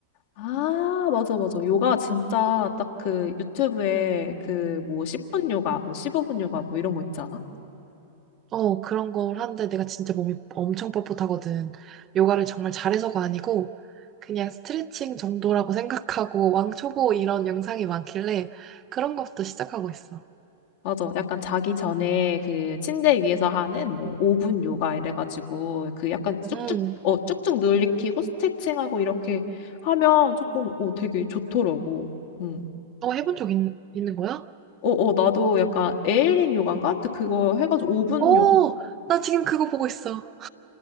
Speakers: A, on the left; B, on the right.
A: 아, 맞아, 맞아. 요가 진짜 딱 그 유튜브에 그 뭐 10분 요가, 뭐 15분 요가 뭐 이런 거 있잖아.
B: 어, 그런 걸 하는데 내가 진짜 몸이 엄청 뻣뻣하거든. 요가를 정말 잘해서가 아니고, 그냥 스트레칭 정도라고 <laughs> 생각하고, 왕초보 이런 영상이 많길래, 그런 것부터 시작하고 있어.
A: 맞아. 약간 자기 전에 그 침대 위에서 하는 뭐 5분 요가 이래가지고 그 약간 쭉쭉,
B: 음,
A: 어, 쭉쭉 늘리키고 스트레칭하고 이렇게 하면 조금, 어, 되게 좋더라고. 응.
B: 어, 해본 적 있, 있는 거야?
A: 어, 어, 나도 약간 에일린 요가인가? 아무튼 그거 해가지고 5분
B: 어,
A: 요,
B: 나 지금 그거 보고 있어.